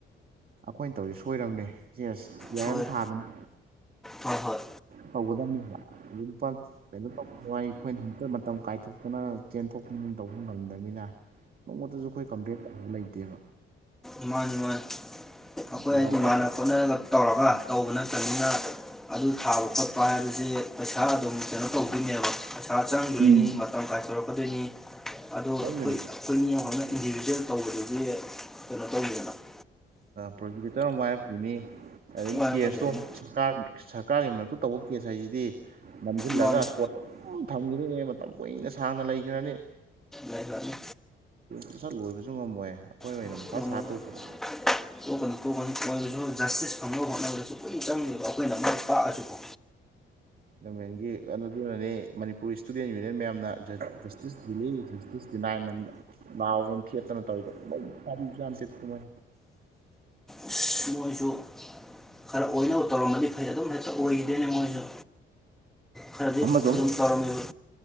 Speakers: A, on the right; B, in the centre.
A: ꯑꯩꯈꯣꯏꯅ ꯇꯧꯔꯤ ꯁꯣꯏꯔꯕꯝꯅꯦ ꯌꯦꯁ ꯌꯥꯔ
B: ꯁꯣꯏꯔꯦ
A: ꯑꯦꯜ ꯊꯥꯗꯅ
B: ꯍꯣꯏ ꯍꯣꯏ
A: ꯇꯧꯒꯗꯕꯅꯦꯕ ꯂꯨꯄꯥ ꯀꯩꯅꯣ ꯑꯩꯈꯣꯏꯅ ꯍꯛꯇ ꯃꯇꯝ ꯀꯥꯏꯊꯣꯛꯇꯅ ꯆꯦꯟꯊꯣꯛ ꯇꯧꯕ ꯉꯝꯗꯕꯅꯤꯅ ꯃꯉꯣꯟꯗꯁꯨ ꯑꯩꯈꯣꯏ ꯀꯝꯄꯦꯛ ꯇꯧꯕ ꯂꯩꯇꯦꯕ
B: ꯏꯃꯥꯟ ꯏꯃꯥꯟ ꯑꯩꯈꯣꯏ
A: ꯄꯤ
B: ꯍꯥꯏꯗꯤ
A: ꯑꯥꯔ ꯑꯦꯜꯒ
B: ꯃꯥꯟꯅ ꯈꯣꯠꯅꯒ ꯇꯧꯔꯒ ꯇꯧꯕ ꯅꯠꯇꯕꯅꯤꯅ ꯑꯗꯨ ꯊꯥꯕ ꯈꯣꯠꯄ ꯍꯥꯏꯕꯁꯦ ꯄꯩꯁꯥ ꯑꯗꯨꯝ ꯀꯩꯅꯣ ꯇꯧꯗꯣꯏꯅꯦꯕ ꯄꯩꯁꯥ ꯆꯪꯗꯣꯏꯅꯤ
A: ꯎꯝ
B: ꯀꯔꯝ ꯀꯥꯏ ꯇꯧꯔꯛꯀꯗꯣꯏꯅꯤ ꯑꯗꯣ ꯑꯩꯈꯣꯏ
A: ꯆꯪꯗꯣꯏꯅꯤ
B: ꯑꯩꯈꯣꯏ ꯃꯤ ꯑꯃꯈꯅ ꯏꯟꯗꯤꯕꯤꯖꯨꯋꯦꯜ ꯇꯧꯕꯗꯗꯤ <unintelligible>
A: ꯄ꯭ꯔꯣꯁꯤꯀ꯭ꯌꯨꯇꯔ ꯑꯃ ꯋꯥꯔꯛꯄꯅꯤ ꯑꯗꯒꯤ
B: ꯋꯥꯔꯛꯀꯗꯣꯏꯅꯤ
A: ꯀꯦꯁꯇꯣ ꯁꯔꯀꯥꯔ ꯁꯔꯀꯥꯔꯒꯤ ꯃꯔꯛꯇ ꯇꯧꯕ ꯀꯦꯁ ꯍꯥꯏꯁꯤꯗꯤ ꯅꯝꯁꯤꯜꯂꯒ
B: ꯃꯥꯅꯤ
A: ꯀꯣꯔꯠꯇ ꯊꯝꯈꯤꯔꯦ ꯃꯇꯝ ꯀꯨꯏꯅ ꯁꯥꯡꯅ ꯂꯩꯈ꯭ꯔꯅꯤ
B: ꯌꯥꯏ ꯂꯅꯤ
A: ꯄꯩꯁꯥ ꯂꯣꯏꯕꯁꯨ ꯉꯝꯃꯣꯏ ꯑꯣꯏꯅ
B: <unintelligible>
A: ꯃꯊꯥ ꯁꯥ ꯇꯣꯛꯄꯗꯣ
B: ꯀꯣꯛꯀꯅꯨ ꯀꯣꯛꯀꯅꯤ ꯃꯣꯏꯅꯁꯨ ꯖꯁꯇꯤꯁ ꯐꯪꯅꯕ ꯍꯣꯠꯅꯕꯗꯁꯨ ꯀꯨꯏꯅ ꯆꯪꯗꯦꯕ ꯑꯩꯈꯣꯏꯅ ꯃꯥꯏ ꯄꯥꯛꯑꯁꯨꯀꯣ
A: ꯒꯃꯦꯟꯒꯤ ꯑꯗꯨꯗꯨꯅꯅꯤ ꯃꯅꯤꯄꯨꯔ ꯏꯁꯇꯨꯗꯦꯟ ꯌꯨꯅꯤꯌꯟ ꯃꯌꯥꯝꯅ ꯖꯁꯇꯤꯁꯜꯂꯤꯖꯁꯇ ꯁꯤ ꯅꯥꯏꯟ ꯅ ꯂꯥꯎꯒꯅ ꯊꯦꯠꯇꯅ ꯇꯧꯔꯤꯗꯣꯏꯦ
B: ꯑꯁ ꯃꯣꯏꯁꯨ ꯈꯔ ꯑꯣꯏꯅꯕ ꯇꯧꯔꯝꯃꯗꯤ ꯐꯩ ꯑꯗꯨꯝ ꯍꯦꯛꯇ ꯑꯣꯏꯈꯤꯗꯦꯅꯦ ꯃꯣꯏꯁꯨ ꯈꯔꯗꯤ
A: ꯑꯃ
B: ꯑꯗꯨꯝ ꯇꯧꯔꯝꯃꯦꯕ